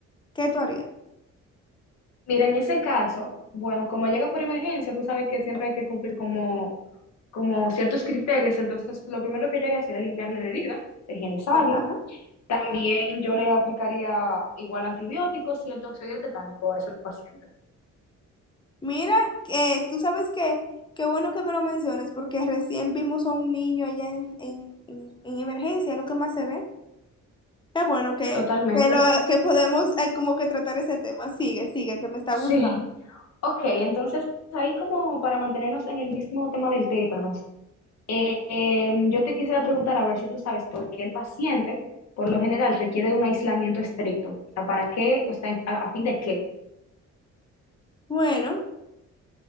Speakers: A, on the left (about 15°); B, on the left (about 60°).
A: ¿qué tú harías?
B: Mira, en ese caso, bueno, como llega por emergencia, tú sabes que siempre hay que cumplir como como ciertos criterios, entonces lo primero que yo haría sería limpiarle la herida, higienizarla.
A: Ajá.
B: También yo le aplicaría igual antibióticos y el toxoide tetánico a ese paciente.
A: Mira, que tú sabes que, qué bueno que me lo menciones, porque recién vimos a un niño allá en, en, en en emergencia, es lo que más se ve. Qué bueno que,
B: Totalmente.
A: que, lo, que podemos eh, como que tratar ese tema. Sigue, sigue, que me está
B: Sí.
A: gustando.
B: Ok, entonces ahí como para mantenernos en el mismo tema del tétanos, eh, eh, yo te quisiera preguntar a ver si tú sabes por qué el paciente, por lo general, requiere de un aislamiento estricto. O sea, ¿para qué? O sea, ¿a, a fin de qué?
A: Bueno,